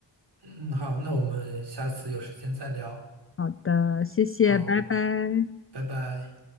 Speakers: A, on the right; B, on the left.
A: 嗯，好，那我们下次有时间再聊。
B: 好的，谢谢，
A: 好，
B: 拜拜。
A: 拜拜。